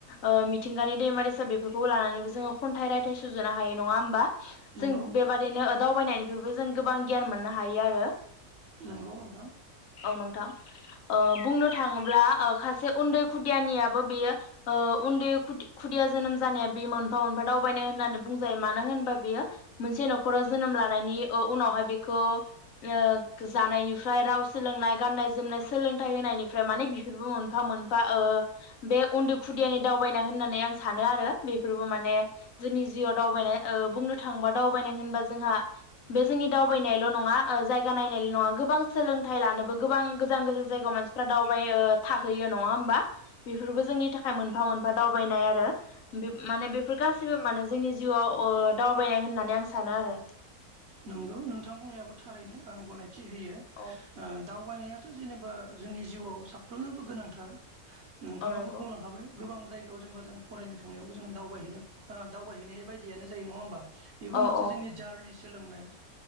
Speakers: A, on the left; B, on the right.
A: ओ मिथिंगानि दैमा दैसा बेफोरखौबो लानानै जोङो खन्थाइ रायथाइ सुजुनो हायो नङा होनबा।
B: नंगौ
A: जों बेबादिनो दावबायनायनिफ्रायबो जों गोबां गियान मोननो हायो आरो।
B: नंगौ नोंथां।
A: औ नोंथां ओ बुंनो थाङोब्ला सासे उन्दै खुदियानियाबो बेयो ओ उन्दै खुदि-खुदिया जोनोम जानाया बेमोन। मोनफा मोनफा दावबायनाय होननानै बुंजायो मानो होनबा बियो मोनसे न'खराव जोनोम लानायनि उनावहाय बेखौ ओ जानायनिफ्राय राव सोलोंनाय गाननाय जोमनाय सोलोंथाइ होनायनिफ्राय माने बेफोरबो मोनफा मोनफा ओ बे उन्दै खुदियानि दावबायनाय होननानै आं सानो आरो बेफोर माने जोंनि जिउआव दावबायनाय ओ बुंनो थाङोबा दावबायनाय होनबा जोंहा बे जोंनि दावबायनायल' नङा जायगा नायनायल' नङा गोबां सोलोंथाइ लानोबो गोबां गोजान गोजान। जायगायाव मानसिफ्रा दावबायो थाहैयो नङा होमबा। बेफोरबो जोंनि था मोनफा मोनफा दावबायनाय आरो। माने बेफोर गासैबो माने जोंनि जिउआव ओ दावबायनाय होननानै आं सानो आरो।
B: नोंगौ नोंथां बुंनायाबो थारैनो आं गनाय थि होयो
A: औ
B: ओ दावबायनायाथ' जेनेबा जोंनि जिउआव साफ्रोनोबो गोनांथार। नोंथाङाबो
A: औ नंगौ
B: बुंलांखाबाय गोबां जायगायाव जेनबा जों फरायनो थांनायावबो जों दावबायहैनो दावबायहैनाय बायदियानो जायो नङा होमबा? बेबो
A: औ
B: मोनसे
A: औ
B: जोंनि जार्नि सोलोंनाय।